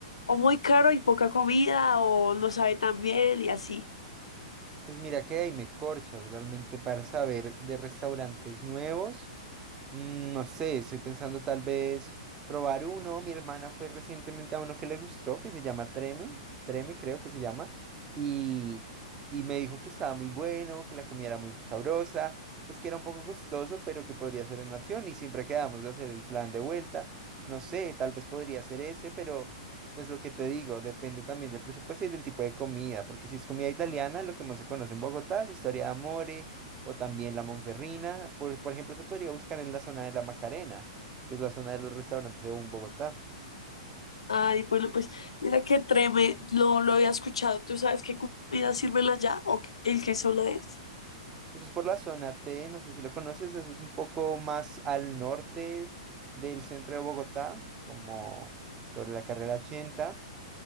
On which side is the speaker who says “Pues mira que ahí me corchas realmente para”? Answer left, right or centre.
Right